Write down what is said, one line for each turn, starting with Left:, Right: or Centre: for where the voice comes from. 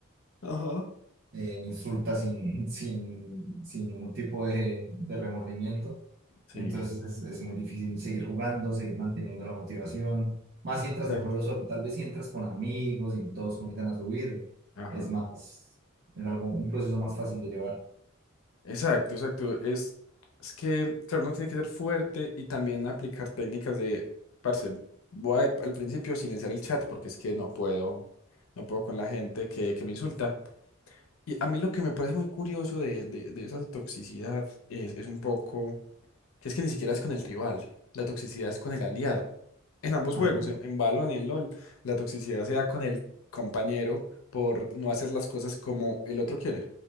Left: Ajá,
Right: eh, insulta sin, sin, sin ningún tipo de, de remordimiento.
Left: Sí.
Right: Entonces es, es muy difícil seguir jugando, seguir manteniendo la motivación. Más si entras
Left: exacto.
Right: al juego solo, tal vez si entras con amigos y todos comienzan a subir,
Left: Ajá.
Right: es más, es algo, un proceso más fácil de llevar.
Left: Exacto, exacto. Es, es que, claro, uno tiene que ser fuerte y también aplicar técnicas de, parce, voy a, al principio silenciar el chat porque es que no puedo, no puedo con la gente que, que me insulta. Y a mí lo que me parece muy curioso de, de, de esa toxicidad es, es un poco... que es que ni siquiera es con el rival, la toxicidad es con el aliado. En ambos
Right: Ajá.
Left: juegos, en, en Valorant y en LoL, la toxicidad se da con el compañero por no hacer las cosas como el otro quiere,